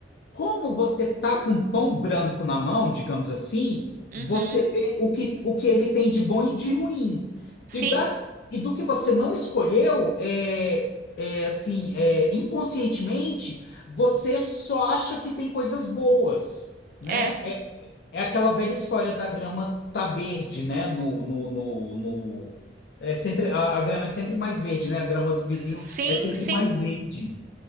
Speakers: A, on the left; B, on the right.
A: Como você tá com pão branco na mão, digamos assim,
B: Uhum.
A: você vê o que, o que ele tem de bom e de ruim.
B: Sim,
A: E, da, e do que você não escolheu, é, é assim, é, inconscientemente, você só acha que tem coisas boas, né?
B: é.
A: É, é aquela velha história da grama tá verde, né? No, no, no, no- é sempre, a, a grama é sempre mais verde, né? A grama do vizinho
B: Sim,
A: é sempre
B: sim.
A: mais verde.